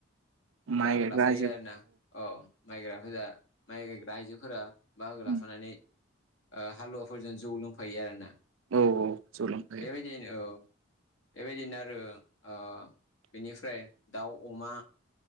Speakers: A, on the right; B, on the left.
A: माइ
B: बाहागो
A: गायग्रा
B: लाफायो
A: आइजो
B: आरोना औ माइग्राफोरा माइ गायग्रा आयजोफोरा बाहागो
A: उम
B: लाफानानै ओ हालुवाफोरजों जौ लों फायो आरोना ।
A: औ औ सोलोंथाइ
B: बेबायदियैनो औ बेबायदिनो आरो ओ बेनिफ्राय दाउ अमा